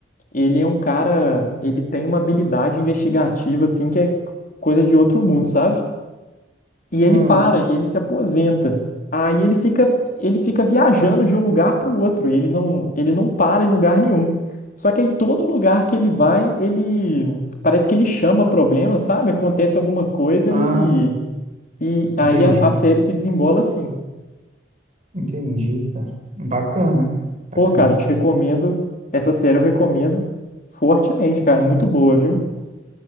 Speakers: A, on the left; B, on the right.
A: ele é um cara, ele tem uma habilidade investigativa, assim, que é coisa de outro mundo, sabe? E ele
B: hum.
A: para, e ele se aposenta. Aí ele fica, ele fica viajando de um lugar para o outro. Ele não, ele não para em lugar nenhum. Só que aí todo lugar que ele vai, ele parece que ele chama problema, sabe? Acontece alguma coisa
B: Ah,
A: e, e aí
B: entendi.
A: a, a série se desembola assim.
B: Entendi, cara. Bacana. Bacana.
A: Pô, cara, eu te recomendo. Essa série eu recomendo fortemente, cara. Muito boa, viu?